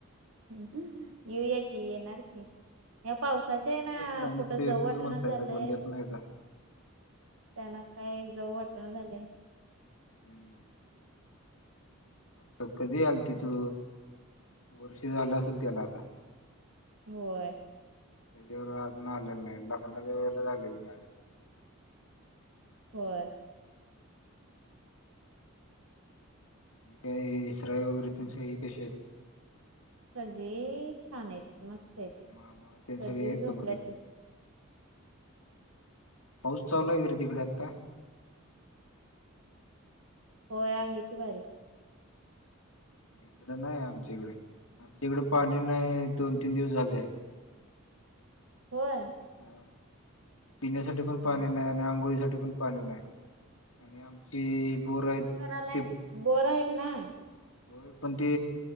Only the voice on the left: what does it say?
येताय नुसतं
येतोच
म्हणतायसा
कोण येत नाहीसा.
हम्म त कधी आल तिथू वर्ष झालं असेल त्याला आता
त्याच्यावर अजून आलेलं नाही लग्न ज वळेला झालेली माझ्याला
काही इसराय वगैरे त्यां स कशी आहेत
मामा तेन
सगळे आहेत
का बरी? पाऊस चालला गेरे तिकडे आता
इकड नाही आमच्या इकडे आमच्या इकड पाणी नाही दोन तीन दिवस झाले
ह पिण्यासाठी पण
पाणी नाही आणि आंघोळीसाठीठी पण पाणी नाही आणि आमचे बोर आहेत
ते
होय पण ते